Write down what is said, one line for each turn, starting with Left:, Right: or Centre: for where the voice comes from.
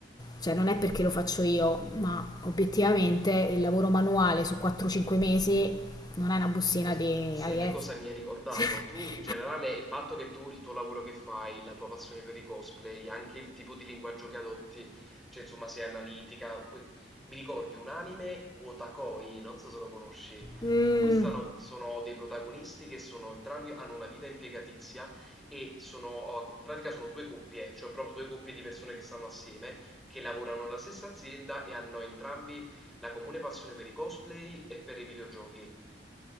Left: Cioè non è perché lo faccio io, ma obiettivamente il lavoro manuale su 4-5 mesi non è una bustina
Centre: Lo s-
Left: di
Centre: sai
Left: AliEx.
Centre: che cosa mi hai ricordato?
Left: <laughs>
Centre: Tu, in generale, il fatto che tu, il tuo lavoro che fai, la tua passione per i cosplay, anche il tipo di linguaggio che adotti, cioè insomma sei analitica, que- mi ricordi un anime, Wotakoi, non so se lo conosci,
Left: Mm,
Centre: in cui stanno, sono dei protagonisti che sono entrambi, hanno una vita impiegatizia e sono, in pratica sono due coppie, cioè proprio due coppie di persone che stanno assieme, che lavorano nella stessa azienda e hanno entrambi la comune passione per i cosplay e per i videogiochi.